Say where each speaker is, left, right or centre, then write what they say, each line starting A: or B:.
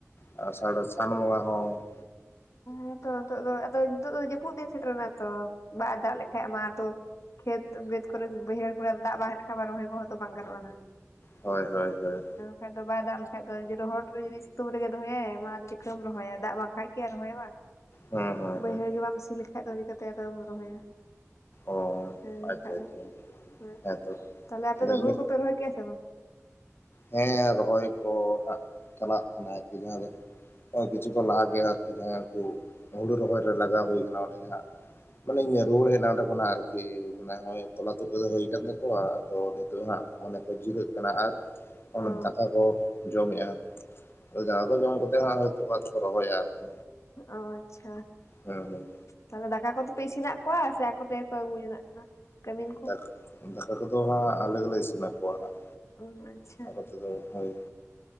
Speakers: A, on the left; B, on the left.
A: ᱟᱥᱟᱲ ᱥᱟᱱ ᱵᱚᱸᱜᱟ ᱦᱚᱸ
B: ᱦᱮᱸᱛᱚ ᱱᱤᱛᱚᱜ ᱫᱚ ᱟᱫᱚ ᱱᱤᱛᱳ ᱫᱚ ᱡᱟᱹᱯᱩᱫ ᱫᱤᱱ ᱥᱮᱴᱮᱨᱮᱱᱟ ᱛᱚ ᱵᱟᱭ ᱫᱟᱜ ᱞᱮᱠᱷᱟᱡ ᱢᱟ ᱛᱚ ᱠᱷᱮᱛ ᱵᱟᱹᱫ ᱠᱚᱨᱮ ᱵᱟᱹᱭᱦᱟᱹᱲ ᱠᱚᱨᱮ ᱫᱟᱜ ᱵᱟᱝᱠᱷᱟᱱ ᱨᱚᱦᱚᱭ ᱠᱚᱦᱚᱸ ᱛᱚ ᱵᱟᱝ ᱜᱟᱱᱚᱜᱼᱟ
A: ᱦᱳᱭ ᱦᱳᱭ ᱦᱳᱭ
B: ᱵᱟᱠᱷᱟᱱ ᱟᱫᱚᱭ ᱫᱟᱜ ᱞᱮᱠᱟᱱ ᱨᱚᱦᱚᱲ ᱨᱮ ᱡᱩᱫᱤ ᱥᱤᱛᱩᱝ ᱨᱮᱜᱮ ᱫᱚᱦᱚᱭᱟ ᱢᱟ ᱟᱫᱚ ᱪᱤᱠᱟᱹᱢ ᱨᱚᱦᱚᱭᱟ ᱫᱟᱜ ᱵᱟᱝᱠᱟᱱ ᱜᱮ ᱨᱚᱦᱚᱭ ᱵᱟᱝ
A: ᱦᱩᱸ ᱦᱩᱸ
B: ᱵᱟᱹᱭᱦᱟᱹᱲ
A: ᱦᱩᱸ
B: ᱜᱮ ᱵᱟᱢ ᱥᱤ ᱞᱮᱠᱷᱟᱡ ᱫᱚ ᱪᱤᱟᱹᱛᱮ ᱟᱫᱚᱢ ᱨᱚᱦᱚᱭᱟ
A: ᱚ
B: ᱦᱮᱸ ᱵᱟᱝᱠᱷᱟᱱ
A: ᱟᱪᱪᱷᱟ
B: ᱟᱫᱚ
A: ᱟᱪᱪᱷᱟ
B: ᱦᱮᱸ
A: ᱦᱮᱸᱛᱚ
B: ᱛᱟᱞᱦᱮ ᱟᱯᱮ
A: ᱛᱟᱦᱞᱮ
B: ᱫᱚ
A: ᱤᱱᱟᱹ
B: ᱦᱩᱲᱩ ᱠᱚᱯᱮ ᱨᱚᱦᱚᱭ ᱠᱮᱫᱼᱟ ᱥᱮ ᱵᱟᱝ
A: ᱦᱮᱸ ᱨᱚᱦᱚᱭ ᱠᱚ ᱦᱟᱜ ᱪᱟᱞᱟᱜ ᱠᱟᱱᱟ ᱟᱨᱠᱤ ᱡᱟᱦᱟᱸ ᱫᱚ ᱠᱤᱪᱷᱩ ᱠᱚ ᱞᱟᱦᱟ ᱜᱮᱭᱟ ᱩᱱ ᱦᱩᱲᱩ ᱨᱚᱦᱚᱭ ᱨᱮ ᱞᱟᱜᱟᱣ ᱦᱩᱭ ᱠᱟᱱᱟ ᱚᱸᱰᱮ ᱜᱮ ᱦᱟᱸᱜ ᱢᱟᱱᱮᱧ ᱨᱩᱣᱟᱹᱲ ᱦᱮᱡ ᱮᱱᱟ ᱚᱸᱰᱮ ᱠᱷᱚᱱᱟᱜ ᱟᱨᱠᱤ ᱢᱟᱱᱮ ᱛᱚᱞᱟ ᱛᱩᱫ ᱠᱚᱫᱚ ᱦᱩᱭ ᱟᱠᱟᱱ ᱛᱟᱠᱚᱣᱟ ᱟᱫᱚ ᱛᱚ ᱦᱟᱸᱜ ᱢᱟᱱᱮ ᱠᱚ ᱡᱤᱨᱟᱹᱜ ᱠᱟᱱᱟ ᱟᱨ
B: ᱚ
A: ᱚᱱᱟ ᱫᱟᱠᱟ ᱠᱚ ᱡᱚᱢᱮᱫᱼᱟ ᱟ ᱫᱟᱠᱟ ᱠᱚ ᱡᱚᱢ ᱠᱟᱛᱮᱜ ᱦᱚᱸ ᱛᱷᱚᱲᱟ ᱫᱚᱠᱚ ᱨᱚᱦᱚᱭᱟ ᱟᱨᱠᱤ
B: ᱚ ᱟᱪᱪᱷᱟ
A: ᱦᱮᱸ ᱦᱮᱸ
B: ᱛᱟᱦᱚᱞᱮ ᱫᱟᱠᱟ ᱠᱚᱫᱚ ᱯᱮ ᱤᱥᱤᱱᱟᱜ ᱠᱚᱣᱟ ᱥᱮ ᱟᱠᱚ ᱛᱮᱜᱮ ᱠᱚ ᱟᱹᱜᱩ ᱡᱚᱱᱟᱜ ᱠᱟᱱᱟ ᱠᱟᱹᱢᱤᱱ ᱠᱚ
A: ᱫᱟᱠᱟ ᱫᱟᱠᱟ ᱠᱚᱫᱚ ᱦᱟᱸᱜ ᱟᱞᱮ ᱜᱮᱞᱮ ᱤᱥᱤᱱ ᱟᱠᱚᱣᱟ ᱦᱟᱸᱜ
B: ᱚ ᱟᱪᱪᱷᱟ
A: ᱟᱠᱚ ᱦᱳᱭ